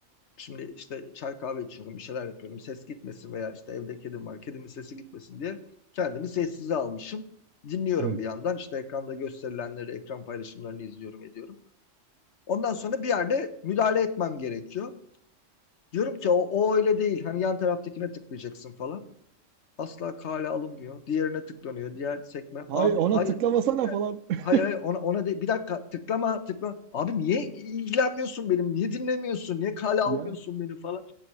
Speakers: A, on the left; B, on the right.
A: Şimdi işte çay kahve içiyorum, bir şeyler yapıyorum. Ses gitmesin veya işte evde kedim var. Kedimin sesi gitmesin diye kendimi sessize almışım. Dinliyorum
B: Evet.
A: bir yandan. işte ekranda gösterilenleri, ekran paylaşımlarını izliyorum, ediyorum. Ondan sonra bir yerde müdahale etmem gerekiyor. Diyorum ki o, o öyle değil. Hani yan taraftakine tıklayacaksın falan. Asla kale alınmıyor. Diğerine tıklanıyor. Diğer sekme.
B: Hayır
A: Abi
B: ona
A: hayır
B: tıklamasana
A: geri gel.
B: falan. <laughs>
A: Hayır hayır ona, ona de bir dakika tıklama tıklama. Abi niye ilgilenmiyorsun benim? Niye dinlemiyorsun? Niye kale almıyorsun
B: Yani
A: beni falan.